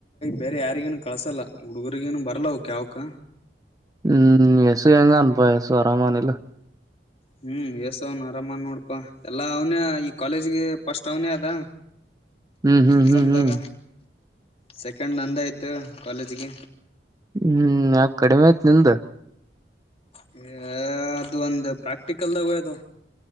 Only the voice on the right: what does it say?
ಹ್ಮ್ ಯಸು ಹೆಂಗ ಅದನಪ ಯಸು ಅರಾಮಾ ಅದನ ಇಲ್ಲ.
ಹ್ಮ್ ಹ್ಮ್
ಹ್ಮ್ ಹ್ಮ್
ಹ್ಮ್ ಯಾಕ ಕಡಿಮೆ ಆಯ್ತ್ ನಿಂದ್?